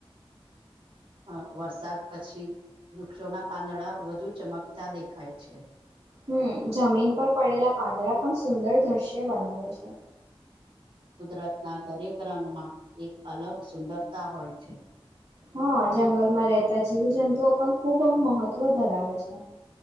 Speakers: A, on the right; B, on the right.
A: અ વરસાદ પછી વૃક્ષોના પાંદડા વધુ ચમકતા દેખાય છે.
B: હમ જમીન પર પડેલા પાંદડા પણ સુંદર દ્રશ્ય બનાવે છે.
A: કુદરતના દરેક રંગમાં એક અલગ સુંદરતા હોય છે.
B: હા જંગલમાં રહેતા જીવ જંતુઓ પણ ખૂબ આમ મહત્વ ધરાવે છે.